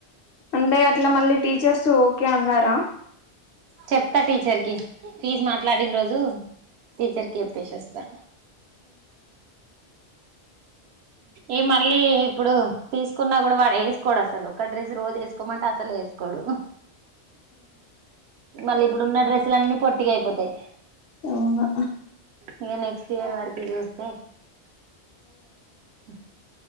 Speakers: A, on the left (about 65°); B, on the right (about 75°).
A: అంటే అట్లా మళ్ళీ టీచర్స్ ఓకే అన్నారా
B: చెప్తా టీచర్ కి ఫీజ్ మాట్లాడిన రోజు టీచర్ కి చెప్పేసి ఒస్తా ఏ మని మళ్లి ఇప్పుడు తీసుకున్నా గూడా వాడు వేసుకోడు అసలు ఒక్కడ్రస్ రోజు ఎసుకో ఎసుక్కో మంటే అసలు ఎసుకోడు మళ్ళీ ఇప్పుడున్న డ్రెస్సులు అన్నీ పొట్టి అయిపోతాయి
A: అవునా
B: ఇగా నెక్స్ట్ ఇయర్ వరకి చూస్తే హ